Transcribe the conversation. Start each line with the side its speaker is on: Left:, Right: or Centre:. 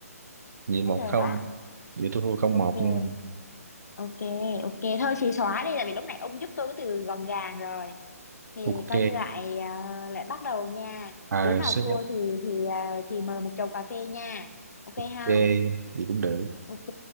Right: vậy một
Left: hết rồi
Right: không
Left: đó
Right: vậy tôi thua không
Left: ok
Right: một nha
Left: ok ok thôi chị xóa đi tại vì lúc này ông giúp tôi cái từ gọn gàng rồi thì
Right: ok
Left: coi như lại ờ, lại bắt đầu nha
Right: à
Left: đứa nào
Right: số
Left: thua
Right: nhất
Left: thì thì ờ, thì mời một chầu cà phê nha ok
Right: ok
Left: không
Right: vậy cũng được
Left: ok